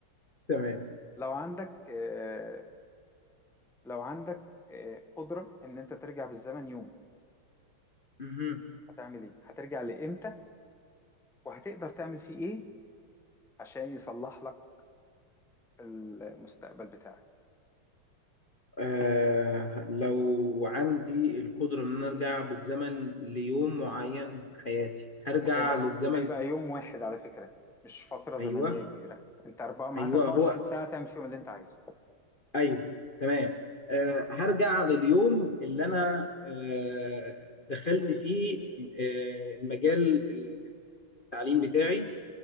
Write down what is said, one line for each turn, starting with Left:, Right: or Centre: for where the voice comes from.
Left: تمام
Centre: لو عندك آه، لو عندك آه، قدرة إن أنت ترجع بالزمن يوم
Left: مهم.
Centre: هتعمل إيه؟ هترجع لإمتى؟ وهتقدر تعمل فيه إيه عشان يصلح لك المستقبل بتاعك؟
Left: آه لو عندي القدرة إن أنا أرجع بالزمن ليوم معين في حياتي هرجع
Centre: وهيبقى
Left: للزمن
Centre: هيبقى يوم واحد على فكرة مش فترة
Left: أيوه
Centre: زمنية كبيرة أنت أربعة معاك
Left: أيوه
Centre: 24
Left: هو
Centre: ساعة تعمل فيهم اللي أنت عايزه
Left: ايوه تمام أه هرجع لليوم اللي انا أه دخلت فيه أه المجال ال- ال- التعليم بتاعي